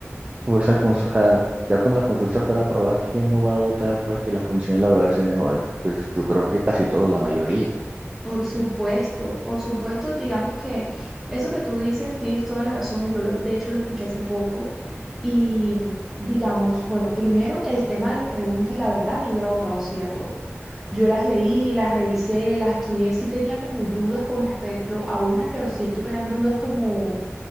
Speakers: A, on the right (about 30°); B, in the centre.
A: por esa consulta? ya cuando la consulta fuera aprobada, ¿quién no va a votar para que las condiciones laborales se mejoren? Pues yo creo que casi todos, la mayoría.
B: Por supuesto, por supuesto, digamos que eso que tú dices tienes toda la razón. Yo lo, de hecho lo escuché hace poco y digamos, bueno, primero el tema de las preguntas, la verdad, yo hubiera votado sí a todo. Yo las leí, las revisé, las estudié, sí tenía como dudas con respecto a unas, pero siento que eran dudas como,